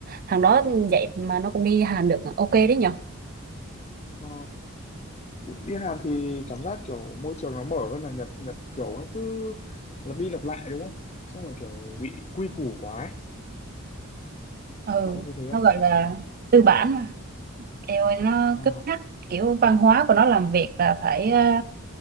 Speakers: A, on the right; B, on the left.
A: thằng đó vậy mà nó cũng đi Hàn được ok đấy nhở
B: ờ. đi Hàn thì cảm giác kiểu môi trường nó mở hơn là Nhật Nhật kiểu nó cứ lặp đi lặp lại đúng không xong rồi kiểu bị quy củ quá ấy.
A: ừ
B: bạn có thấy thế
A: nó
B: không
A: gọi là tư bản mà eo ơi nó
B: ờ.
A: cứng nhắc kiểu văn hóa của nó làm việc là phải ờ,